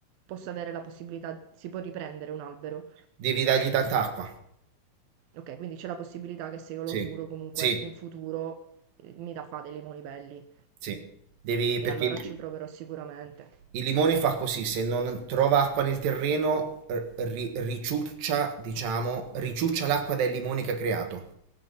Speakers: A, on the right; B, on the right.
A: posso avere la possibilità, si può riprendere un albero?
B: devi dargli tanta acqua.
A: Ok, quindi c'è la possibilità che se io lo
B: Sì,
A: curo comunque
B: sì,
A: in futuro eh, mi dà fa dei limoni belli
B: sì. Devi,
A: e
B: perché
A: allora
B: il,
A: ci proverò sicuramente.
B: il limone fa così, se non trova acqua nel terreno, r- ri- riciuccia, diciamo, riciuccia l'acqua dai limoni che ha creato.